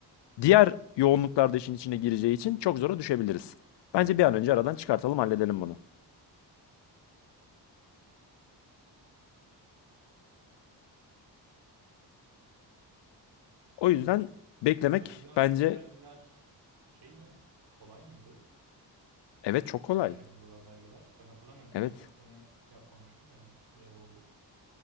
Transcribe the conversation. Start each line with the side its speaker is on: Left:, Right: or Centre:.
Left: Diğer yoğunluklarda işin içine gireceği için çok zora düşebiliriz. Bence bir an önce aradan çıkartalım, halledelim bunu. O yüzden beklemek
Right: Ya aradığın
Left: bence
Right: belgeler şey mi? Kolay mıydı?
Left: evet çok kolay.
Right: İhtiyacımız olan belgeler. Ben hatırlamıyorum çünkü
Left: Evet.
Right: geçen sene yapmamıştım ya ben. Biraz oldu.